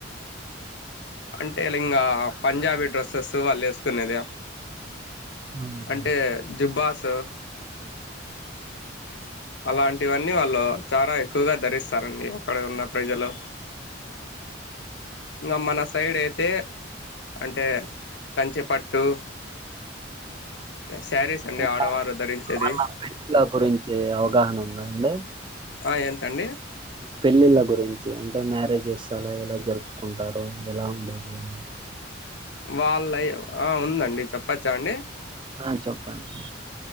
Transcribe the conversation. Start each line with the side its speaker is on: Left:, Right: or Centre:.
Left: అంటే ఇంగ పంజాబీ డ్రెస్సెస్ వాళ్ళు వేసుకునేద.
Right: అవునండి
Left: అంటే జుబ్బాస్ త్త
Right: ఆ
Left: అలాంటివన్నీ వాళ్ళు చాలా ఎక్కువగా ధరిస్తారండి అక్కడ ఉన్న ప్రజలు ఇంకా మన సైడ్ అయితే అంటే కంచిపట్టు శారీస్ అండి
Right: ఇంకా
Left: ఆడవారు ధరించేది
Right: ఏమన్నా పెళ్ళిళ్ళ గురించి అవగాహన ఉందా అండి
Left: ఆ ఎంతండి
Right: పెళ్ళిళ్ళ గురించి అంటే మ్యారేజెస్ అలా ఎలా జరుపుకుంటారు ఎలా ఉండేది అని
Left: వాళ్ళయ ఆ ఉందండి చెప్పచ్చా అండి
Right: అ చెప్పండి